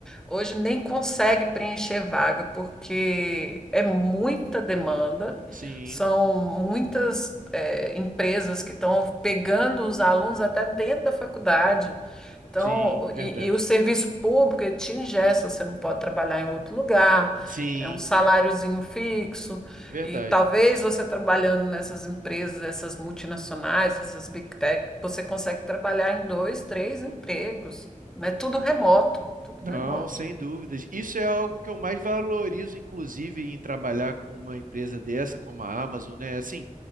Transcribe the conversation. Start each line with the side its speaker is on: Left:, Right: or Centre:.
Centre: hoje nem consegue preencher vaga, porque é muita demanda,
Right: Sim,
Centre: são muitas eh, empresas que estão pegando os alunos até dentro da faculdade. Então,
Right: sim, verdade.
Centre: e, e o serviço público, ele te engessa, você não pode trabalhar em outro lugar,
Right: Sim,
Centre: é um saláriozinho fixo,
Right: verdade.
Centre: e talvez você trabalhando nessas empresas, essas multinacionais, essas big tech, você consegue trabalhar em dois, três empregos, mas tudo remoto, tudo
Right: Não,
Centre: remoto.
Right: sem dúvidas. Isso é algo que eu mais valorizo, inclusive, em trabalhar com uma empresa dessa, como a Amazon, né? Assim,